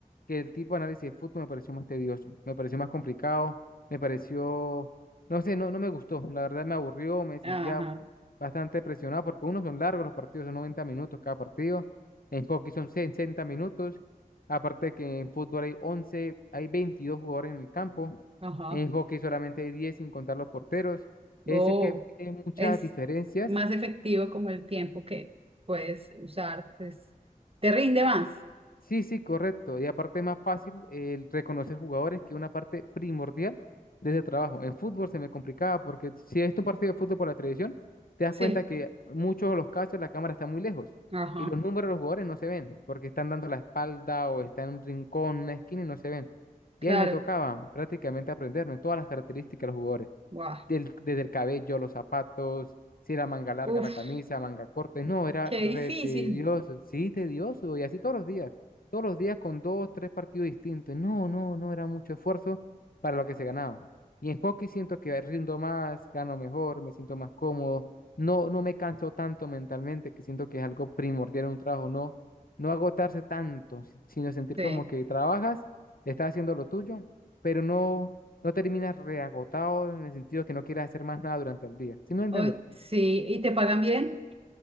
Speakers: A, on the left; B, on the right.
A: que el tipo de análisis de fútbol me pareció más tedioso, me pareció más complicado, me pareció, no sé, no, no me gustó, la verdad me aburrió, me sentía
B: ajá,
A: bastante presionado porque uno son largos los partidos, son 90 minutos cada partido, en hockey son 60 minutos, aparte que en fútbol hay 11 hay 22 jugadores en el campo,
B: ajá.
A: en hockey solamente hay 10 sin contar los porteros, es
B: Oh,
A: decir que hay muchas
B: es
A: diferencias
B: más efectivo como el tiempo que puedes usar, pues te rinde más.
A: Sí, sí, correcto. Y aparte es más fácil eh, el reconocer jugadores que una parte primordial de ese trabajo. En fútbol se me complicaba porque si he visto un partido de fútbol por la televisión, te das
B: Sí,
A: cuenta que muchos de los casos la cámara está muy lejos
B: Ajá,
A: y los números de los jugadores no se ven porque están dando la espalda o están en un rincón, una esquina y no se ven.
B: claro.
A: Y a mí me tocaba prácticamente aprenderme todas las características de los jugadores,
B: Wow.
A: del- desde el cabello, los zapatos, si era manga larga
B: Uf,
A: la camisa, manga corta. No, era
B: qué
A: re
B: difícil.
A: tedioso, sí, tedioso y así todos los días todos los días con dos, tres partidos distintos. No, no, no era mucho esfuerzo para lo que se ganaba. Y en hockey siento que rindo más, gano mejor, me siento más cómodo. No, no me canso tanto mentalmente, que siento que es algo primordial en un trabajo, no, no agotarse tanto, si- sino sentir
B: sí.
A: como que trabajas, estás haciendo lo tuyo, pero no, no terminas reagotado en el sentido que no quieras hacer más nada durante el día. ¿Sí me voy
B: Oh, sí, ¿y te pagan bien?